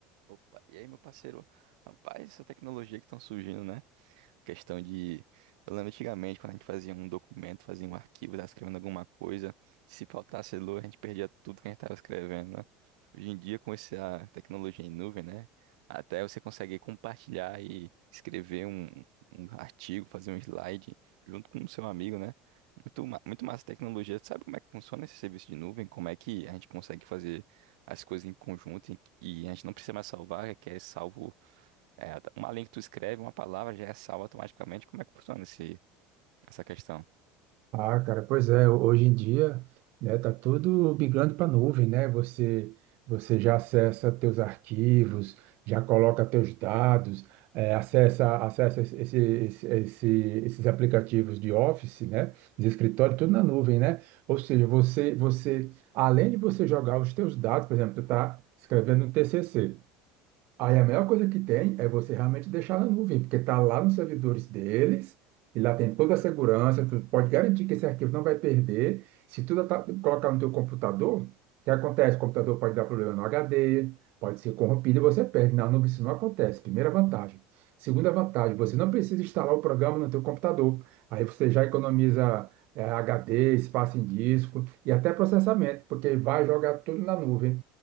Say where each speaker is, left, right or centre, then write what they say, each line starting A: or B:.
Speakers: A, on the right; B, on the right.
A: Opa, e aí, meu parceiro? Rapaz, essa tecnologia que estão surgindo, né? Questão de. Eu lembro antigamente, quando a gente fazia um documento, fazia um arquivo, tava escrevendo alguma coisa. Se faltasse luz, a gente perdia tudo que a gente tava escrevendo, né? Hoje em dia, com essa tecnologia em nuvem, né? Até você consegue compartilhar e escrever um, um artigo, fazer um slide junto com o seu amigo, né? Muito, ma- muito massa a tecnologia. Você Sabe como é que funciona esse serviço de nuvem? Como é que a gente consegue fazer as coisas em conjunto e e a gente não precisa mais salvar, é que é salvo é, tá, uma linha que tu escreve, uma palavra já é salva automaticamente. Como é que funciona esse, essa questão?
B: Ah, cara, pois é, ho- hoje em dia, né, tá tudo migrando para nuvem, né? Você você já acessa teus arquivos, já coloca teus dados, eh, acessa acessa esse, esse- esse- esse- esses aplicativos de Office, né? De escritório, tudo na nuvem, né? Ou seja, você você além de você jogar os teus dados, por exemplo, tu tá escrevendo um TCC. Aí a melhor coisa que tem é você realmente deixar na nuvem, porque está lá nos servidores deles, e lá tem toda a segurança, tu pode garantir que esse arquivo não vai perder. Se tu tá- colocar no teu computador, o que acontece? O computador pode dar problema no HD, pode ser corrompido e você perde. Na nuvem isso não acontece, primeira vantagem. Segunda vantagem, você não precisa instalar o programa no teu computador. Aí você já economiza eh, HD, espaço em disco e até processamento, porque vai jogar tudo na nuvem.